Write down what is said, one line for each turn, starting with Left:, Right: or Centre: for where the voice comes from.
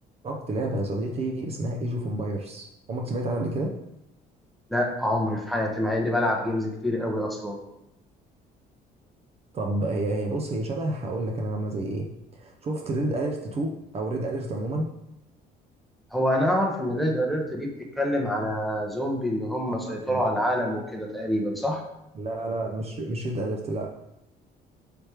Right: جربت لعبة يا صديقي اسمها ايج اوف امبايرز عمرك سمعت عنها قبل كده؟
Centre: لا عمري في حياتي مع اني بلعب جيمز كتير قوي اصلا
Right: طب هي هي بص هي شبه هقول لك انا عاملة زي ايه شفت ريد اليرت 2 او ريد اليرت عموما
Centre: هو انا اعرف ان ريد اليرت دي بتتكلم على زومبي ان هم
Right: استراتيجي
Centre: سيطروا على العالم وكده تقريبا صح
Right: لا لا مش مش ريد اليرت لا